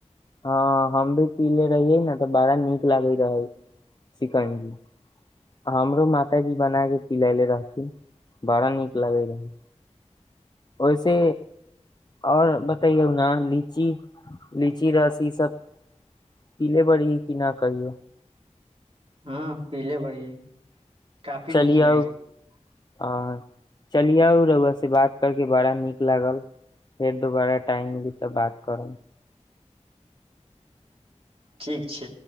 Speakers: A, on the left; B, on the right.
A: हँ हम भी पले रहियै ने तऽ बड़ा नीक लागैत रहै सिकंजी हमरो मातााजी बना कऽ पिलले रहथिन बड़ा नीक लागैत रहै ओहिसे आओर बतैयौ ने लीची लीची रस ईसभ पीले बड़ी कि नहि कहियौ
B: हँ पीले बढ़ि काफी
A: चलियौ
B: नीक लगै छै
A: आ चलि आउ रुआ से बात करके बड़ा नीक लागल फेर दोबारा टाइम मिली तब बात करण
B: ठीक छै